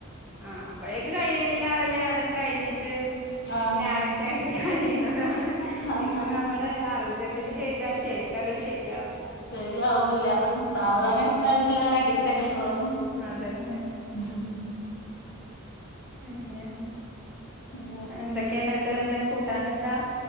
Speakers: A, in the centre; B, on the left (about 50°).
A: ആ അപ്പഴേക്ക കഴിയണില്ലാറല്ലേ അത കഴിഞ്ഞിട്ട്
B: ആഹ
A: ലാവിഷായിട്ട് കഴിയുന്നതാണ്
B: ആഹ്
A: ഇത് നമ്മള് അർജന്റന് ചെയ്താല് ശരി ക്കക ശരി
B: ശരിയാവൂല്ല സാവധാനം എടുത്ത എല്ല റെഡിക്കായിക്കോളും
A: ഉം അതന്നെ
B: ഉം
A: പിന്നെ
B: വേറെന്താ
A: എന്തൊക്കെയ എന്നിട്ട് ഇന്ന് കൂട്ടൻ എന്താ